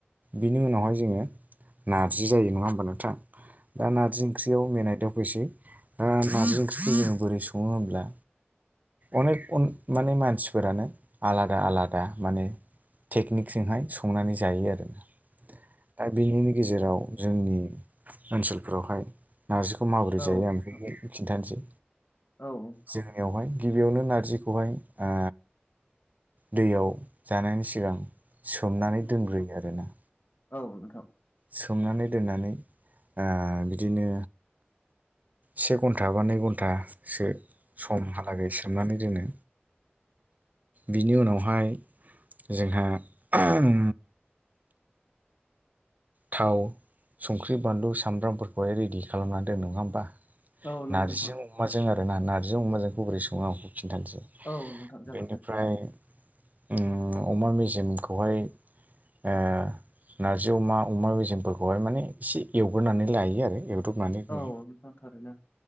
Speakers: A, on the right; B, on the left.
A: बिनि उनावहाय जोङो नार्जि जायो नङा होमबा
B: औ
A: दा नारजि ओं <unintelligible> मेनाय दाव फैसै दा नारजि ओंख्रिखौ जों बोरै सङो होमब्ला अनेकन माने मानसिफोरानो आलादा आलादा दा माने टेकनिकजोंहाय संनानै जायो आरो ना दा बिनिनो गेजेराव जोंनि ओनसोलफोरावहाय नारजिखौ माबोरै
B: औ
A: जायो आं
B: नोंथां
A: बेखौ खिन्थानोसै
B: औ
A: जोंनियावहाय गिबियावनो नारजिखौहाय ओ दैयाव जानायनि सिगां सोमनानै दोनग्रोयो आरोना
B: औ नोंथां
A: सोमनानै दोननानै ओ बिदिनो से घन्टा बा नै घन्टासो समहालागै सोमनानै दोनो बिनि उनावहाय जोंहा ओम थाव संख्रि बानलु सामब्रामफोरखौहाय रेडि खालामना दोनो नङा होमबा
B: नंगौ
A: नारजिजों
B: नोंथां
A: अमाजों आरो ना नारजिजों अमाजोंखौ बोरै सङो आं बेखौ खिन्थानोसै
B: औ नोंथां जागोन
A: बेनिफ्राय
B: दे
A: उम अमा मेजेमखौहाय ओह नारजि अमा अमा मेजेमफोरखौहाय माने एसे एवग्रोनानै लायो आरो एवदबनानै दोनो
B: औ नोंथां थारैनो